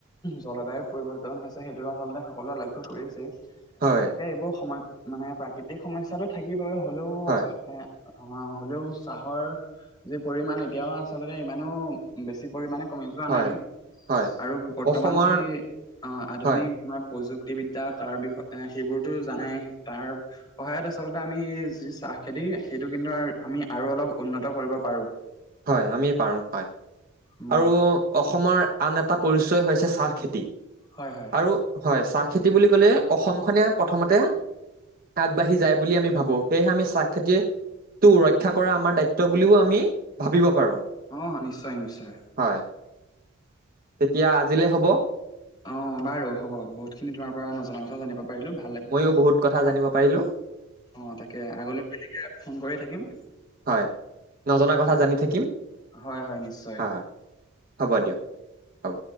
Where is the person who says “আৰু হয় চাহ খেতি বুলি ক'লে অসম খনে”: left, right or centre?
Right